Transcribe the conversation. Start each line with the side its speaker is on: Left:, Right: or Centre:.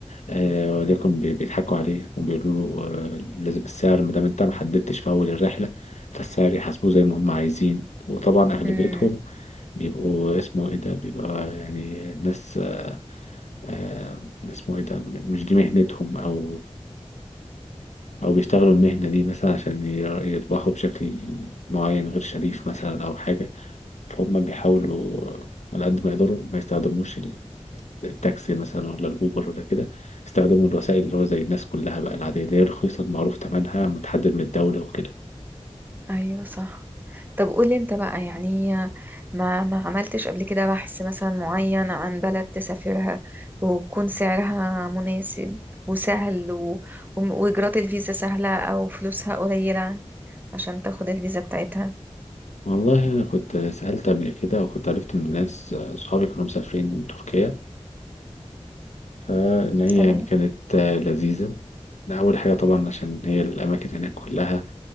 Left: آه ولكن بي- بيضحكوا عليه وبيقولوا له آه لازم السعر ما دام انت ما حددتش في اول الرحله فالسعر يحاسبوه زي ما هم عايزين وطبعا اغلبيتهم
Right: امم
Left: بيبقوا اسمه ايه ده بيبقى يعني ناس آه اسمه ايه ده مش دي مهنتهم او أو بيشتغلوا المهنة دي مثلا عشان ير- يربحوا بشكل معين غير شريف مثلا أو حاجة فهم بيحاولوا على قد ما يقدروا ما يستخدموش ال- التاكسي مثلا ولا الأوبر ولا كده استخدموا الوسائل اللي هو زي الناس كلها بقى العادية اللي هي رخيصة معروف تمنها متحدد من الدولة وكده
Right: ايوه صح طب قولي انت بقى يعني ما ما عملتش قبل كده بحث مثلا معين عن بلد تسافرها وتكون سعرها مناسب وسهل و... وم- واجراءات الفيزا سهلة او فلوسها قليلة عشان تاخد الفيزا بتاعتها
Left: والله أنا كنت سألت قبل كده وكنت عرفت من ناس صحابي كانوا مسافرين تركيا فإن هي
Right: تمام
Left: يعني كانت لذيذة أول حاجة طبعا عشان هي الأماكن هناك كلها